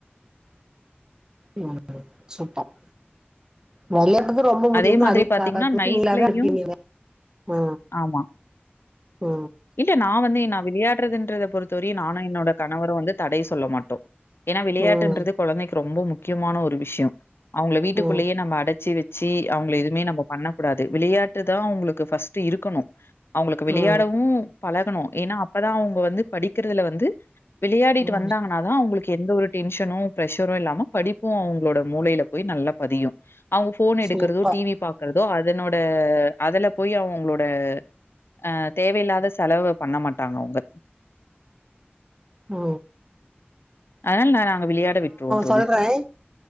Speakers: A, on the right (about 20°); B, on the left (about 70°).
A: வரப்பு சுப்பர் வெளயாடுறது ரொம்ப முடியுங்க
B: அதே மாதிரி
A: அதுவு
B: பாத்தீங்கன்னா,
A: க க கசுமில்லாத
B: நைட்லயும்
A: இருக்கீங்களே ஓ
B: ஆமா.
A: ஓ
B: இல்ல நா வந்து எ நா விளையாடுறதுன்றத பொறுத்தவரையு நானு என்னோட கணவரு வந்து தடை சொல்ல மாட்டோ ஏன்னா விளையாட்டுன்றது
A: ம்
B: குழந்தைக்கு ரொம்ப முக்கியமான ஒரு விஷயொ அவங்கள வீட்டுக்குள்ளேயே
A: ம்
B: நம்ம அடச்சு வெ ச்சு அவங்கள எதுவுமே நம்ப பண்ணக் கூடாது விளையாட்டுதா அவங்களுக்கு ஃபர்ஸ்ட்டு இருக்கணு அவங்களுக்கு விளையாடவு
A: ம்
B: பழகணு ஏன்னா அப்பதா அவங்க வந்து படிக்கறதுல வந்து விளையாடிட்டு
A: ம்
B: வந்தாங்கன் னாதா அவங்களுக்கு எந்த ஒரு டென்ஷனு பிரஷரு இல்லாம படிப்பு அவங்களோட மூளையில போய் நல்லா பதியு அவங்க ஃபோன் எடுக்கறதோ
A: சூப்பர்
B: டிவி பாக் கறதோ அதனோட அதுல போய் அவுங்களோட அ தேவையில்லாத செலவு பண்ண மாட்டாங்க அவுங்க
A: ஓ
B: அதனால நா நாங்க வெளையாட விட்ருவோ தோழி
A: சொல்றே